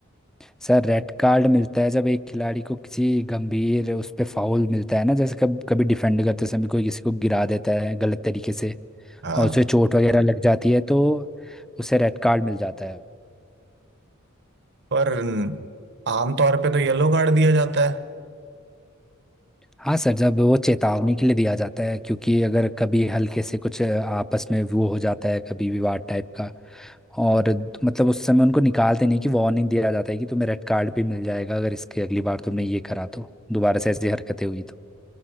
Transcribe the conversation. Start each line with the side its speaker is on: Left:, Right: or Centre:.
Centre: Sir red card मिलता है जब एक खिलाड़ी को किसी गंभीर उस पे फाउल मिलता है ना जैसे कब कभी डिफेंड करते समय कोई किसी को गिरा देता है गलत तरीके से
Right: हाँ
Centre: और उसे चोट वगैरह लग जाती है तो उसे रेड कार्ड मिल जाता है
Right: पर आमतौर पे तो येलो कार्ड दिया जाता है
Centre: हाँ सर जब वो चेतावनी के लिए दिया जाता है क्योंकि अगर कभी हल्के से कुछ अ, आपस में वो हो जाता है कभी विवाद टाइप का और द- मतलब उस समय उनको निकालते नहीं कि वार्निंग दिया जाता है कि तुम्हें रेड कार्ड भी मिल जाएगा अगर इसके अगली बार तुमने ये करा तो दोबारा से ऐसी हरकतें हुई तो